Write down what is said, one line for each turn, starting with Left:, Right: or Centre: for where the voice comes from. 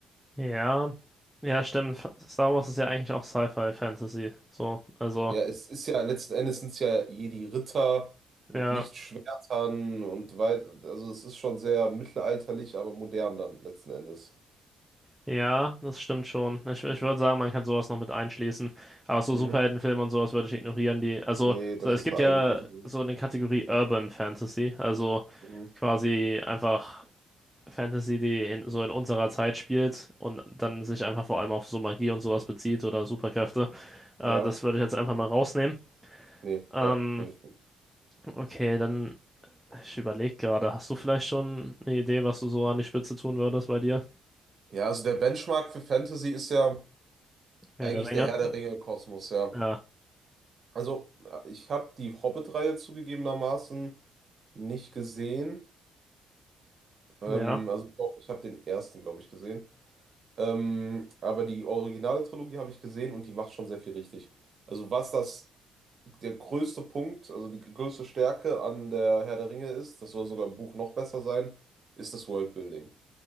Centre: Ja, ja, stimmt. Star Wars ist ja eigentlich auch Sci-Fi-Fantasy. So, also,
Right: Ja, es ist ja, letzten Endes sind es ja Jedi-Ritter mit
Centre: ja.
Right: Lichtschwertern und weit, also es ist schon sehr mittelalterlich, aber modern dann letzten Endes.
Centre: Ja, das stimmt schon. Ich, ich würde sagen, man kann sowas noch mit einschließen. Aber so
Right: Mhm.
Centre: Superheldenfilme und sowas würde ich ignorieren, die. Also,
Right: Nee, das
Centre: so, es
Right: ist
Centre: gibt
Right: eine
Centre: ja
Right: eigene Kategorie.
Centre: so eine Kategorie Urban Fantasy, also
Right: Mhm.
Centre: quasi einfach Fantasy, die in, so in unserer Zeit spielt und dann sich einfach vor allem auf so Magie und sowas bezieht oder Superkräfte. Äh,
Right: Ja,
Centre: das würde ich jetzt einfach mal rausnehmen.
Right: nee,
Centre: Ähm,
Right: ja, bin ich.
Centre: okay, dann, ich überlege gerade, hast du vielleicht schon eine Idee, was du so an die Spitze tun würdest bei dir?
Right: Ja, also der Benchmark für Fantasy ist ja
Centre: Ja,
Right: eigentlich
Centre: der Ringe.
Right: der Herr der Ringe-Kosmos, ja.
Centre: Ja,
Right: Also, ich habe die Hobbit-Reihe zugegebenermaßen Nicht gesehen. Ähm,
Centre: ja,
Right: also doch, ich habe den ersten, glaube ich, gesehen. Ähm, aber die originale Trilogie habe ich gesehen und die macht schon sehr viel richtig. Also was das der größte Punkt, also die größte Stärke an der Herr der Ringe ist, das soll sogar im Buch noch besser sein, ist das Worldbuilding.